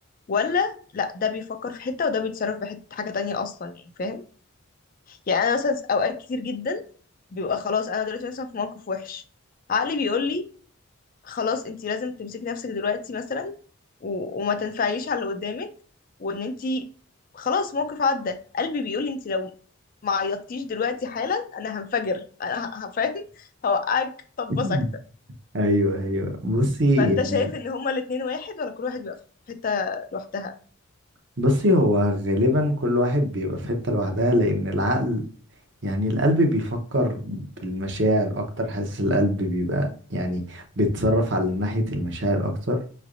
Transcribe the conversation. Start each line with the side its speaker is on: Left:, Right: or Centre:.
Left: ولا لا ده بيفكر في حتة وده بيتصرف في حتة حاجة تانية أصلا يعني فاهم يعني أنا مثلا أوقات كتير جدا بيبقى خلاص أنا دلوقتي مثلا في موقف وحش عقلي بيقول لي خلاص انت لازم تمسكي نفسك دلوقتي مثلا و... وما تنفعليش على اللي قدامك وان انت خلاص موقف عدى قلبي بيقول انت لو ما عيطتيش دلوقتي حالا انا هنفجر انا ه- هفهم هوقعك طبه
Right: <laughs>
Left: ساكته
Right: ايوه ايوه بصي
Left: فانت
Right: يعني
Left: شايف ان هما الاتنين واحد ولا كل واحد بيبقى في حته لوحدها
Right: بصي هو غالبا كل واحد بيبقى في حتة لوحدها لان العقل يعني القلب بيفكر بالمشاعر اكتر حاسس القلب بيبقى يعني بيتصرف على ناحية المشاعر اكتر